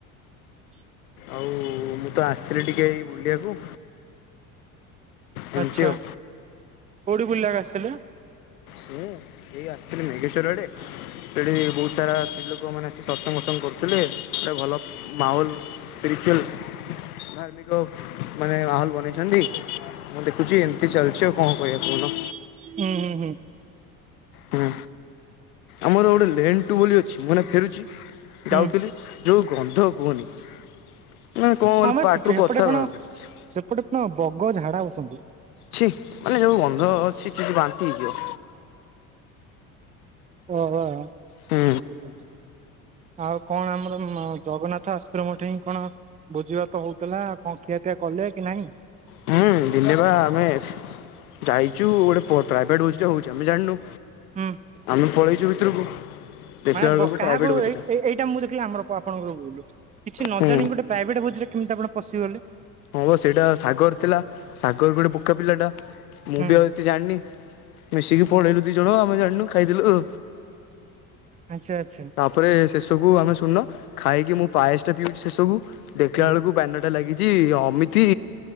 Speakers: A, on the left; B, on the right.
A: ଆଉ ମୁଁ ତ ଆସିଥିଲି ଟିକେ ଏଇ ବୁଲିବାକୁ। ଏମିତି
B: ଆଛା।
A: ଆଉ।
B: କୋଉଠି ବୁଲିବାକୁ କ ଆସିଥିଲେ?
A: ହୁଁ, ଏଇ ଆସିଥିଲି ମେଘେଶ୍ଵର ଆଡେ। ସେଠି ବହୁତ ସାରା। ପୁଅମାନେ ଆସି ସତ୍ସଙ୍ଗ ଫସଙ୍ଗ କରୁଥିଲେ ଗଟେ ଭଲ ମାହୋଲ ସ୍ପିରିଚୁଆଲ୍। ଧାର୍ମିକ ମାନେ, ମାହୋଲ ବନେଇଛନ୍ତି। ମୁଁ ଦେଖୁଛି। ଏମିତି ଚାଲିଛି ଆଉ କଣ କରିବା।
B: ହୁଁ, ହୁଁ, ହୁଁ।
A: ହୁଁ, ଆମର ଗୋଟେ ଲେନ୍ ଟୁ ବୋଲି ଅଛି ମାନେ ଫେରୁଛି।
B: ହୁଁ
A: ଯାଉଥିଲି। ଯୋଉ ଗନ୍ଧ କୁହନି। <unintelligible>
B: ହଁ ବା ସେପଟେ କଣ ସେପଟେ କଣ ବଗ ଝାଡା ବସନ୍ତି
A: ଛିଃ, ମାନେ ଯୋଉ ଗନ୍ଧ। ଛିଃ, ଛିଃ, ଛିଃ ବାନ୍ତି ହେଇଯିବ।
B: ଓହୋଃ।
A: ହୁଁ
B: ଆଉ କଣ? ଆମର ଜଗନ୍ନାଥ ଆଶ୍ରମ ମଠ ହିଁ କଣ। ବୁଝିବା ତ ହଉଥିଲା। କଣ, ଖିଆପିଆ କଲେ କି ନାଇଁ?
A: ହୁଁ, ଦିନେ ବା ଆମେ ଯାଇଛୁ ଗୋଟେ। ପ୍ରାଇଭେଟ ଭୋଜି ଟେ ହୋଉଛି। ଆମେ ଜାଣିନୁ।
B: ହୁଁ
A: ଆମେ ପଳେଇଛୁ ଭିତରକୁ। ଦେଖିଲା
B: ମାନେ
A: ବେଳକୁ
B: କାହାକୁ
A: ପ୍ରାଇଭେଟ ବୁଝିଲା।
B: ଏଇଟା ମୁଁ ଦେଖିଲି, ଆମର ଆପଣଙ୍କୁ କିଛି ନ
A: ହୁଁ।
B: ଜାଣି ଗୋଟେ ପ୍ରାଇଭେଟ ଭୋଜ ରେ କେମିତି? ଆପଣ। ପଶିଗଲେ?
A: ହଁ, ସେଇଟା ସାଗର ଥିଲା। ସାଗର ଗୋଟେ ବୋକା ପିଲା ଟା। ମୁଁ,
B: ହୁଁ
A: ବି ଆଉ ଏତେ ଜାଣନି। ମିଶିକି ପଳେଇଲୁ ଦି ଜଣ। ଆମେ ଜାଣିନୁ ଖାଇଦେଲୁ।
B: ଆଚ୍ଛା ଆଚ୍ଛା
A: ତାପରେ ଶେଷକୁୁ ଆମେ ଶୁଣିଲ ଖାଇକି ମୁଁ ପାଏସ ଟା ପିଉଛି ଶେଷକୁ। ଦେଖିଲା
B: ହୁଁ
A: ବେଳକୁ ବ୍ୟାନରଟା ଲାଗିଛି Amit